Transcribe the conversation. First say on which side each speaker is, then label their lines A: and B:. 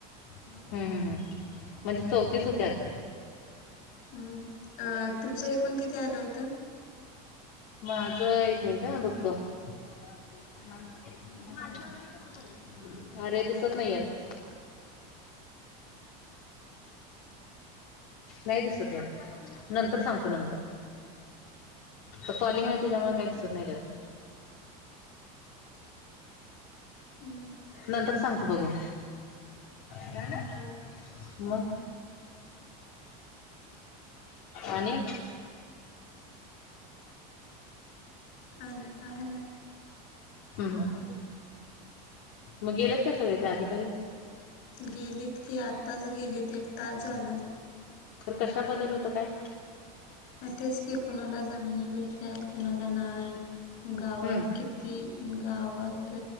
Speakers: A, on the left; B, on the left.
A: हम्म हम् हम म्हणजे चौतीस होत्यात
B: हु अ तुमचं एककूण किती आलं होतं
A: माझं एक मिनिट ह बघतो अरे दिसत नाही येत नाही दिसत यात नंतर सांगतो नंतर तर कॉलिंग आहे त्याच्यामुळे काही दिसत नाही त्यात
B: हम्म
A: नंतर सांगतो बघून ध्यान
B: बर
A: मग आणि
B: आनी आहे ना
A: हम् मग गेलेत काय सगळे त्या अधिकारी
B: गेलीत की आताच गेलीत एक तास झाला
A: तर कशा बदल होतो काय
B: अ तेच की कोुणाला जमिनी भेटल्यात कुणाला नाही गावात
A: हम्म
B: की ती गावात